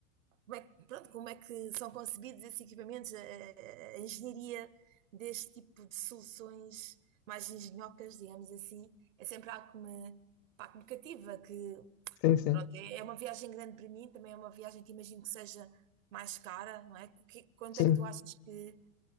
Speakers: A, on the right (about 65°); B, on the left (about 35°).
A: como é, que- pronto, como é que são concebidos esses equipamentos, a, a- a engenharia deste tipo de soluções mais engenhocas, digamos assim, é sempre algo que me, pá, que me cativa, que
B: Sim, sim.
A: pronto, é, é uma viagem grande para mim, também é uma viagem que imagino que seja mais cara, não é? Que- quanto
B: Sim.
A: é que tu achas que